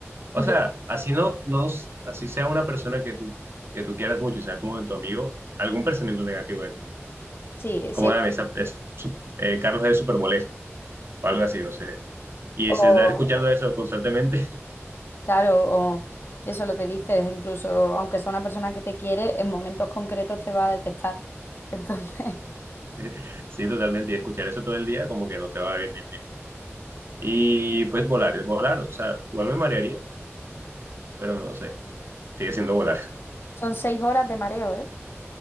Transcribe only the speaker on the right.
O sea,
así no, no, así sea una persona que tú, que tú quieras mucho y sea como de tu amigo, algún pensamiento negativo debe tener de ti.
Como,
a esa, es, su- eh, Carlos es súper molesto, o algo así, no sé. Y
si estás escuchando eso constantemente,
<laughs> Sí, totalmente. Y escuchar eso todo el día como que no te va a venir bien. Y pues volar, es volar. O sea, igual me marearía, pero no sé. Sigue siendo volar.